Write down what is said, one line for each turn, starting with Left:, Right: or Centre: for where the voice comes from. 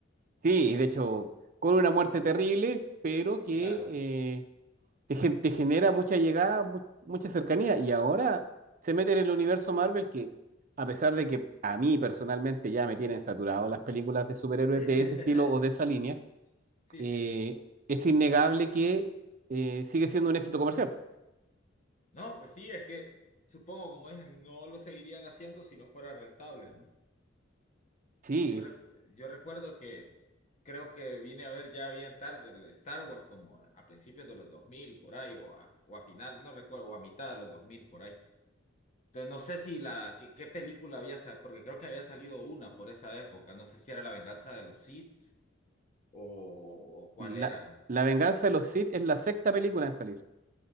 Right: sí, y de hecho, con una muerte terrible, pero que
Left: Claro.
Right: eh, te, gen- te genera mucha llegada, mu- mucha cercanía. Y ahora se mete en el universo Marvel que, a pesar de que a mí personalmente ya me tienen saturado las películas de superhéroes
Left: <laughs>
Right: de ese estilo o de esa línea,
Left: Sí,
Right: eh,
Left: sí, sí.
Right: es innegable que eh, sigue siendo un éxito comercial.
Left: No, pues sí, es que supongo, como dije, no lo seguirían haciendo si no fuera rentable, ¿no?
Right: Sí,
Left: Yo, recu- yo recuerdo que creo que vine a ver ya bien tarde el Star Wars como a principios de los 2000 por ahí o a, o a final, no recuerdo, o a mitad de los 2000 por ahí. Entonces, no sé si la, qué, qué película había, sa- porque creo que había salido una por esa época. No sé si era La Venganza de los Sith o, o cuál
Right: la,
Left: era.
Right: la venganza de los Sith es la sexta película en salir.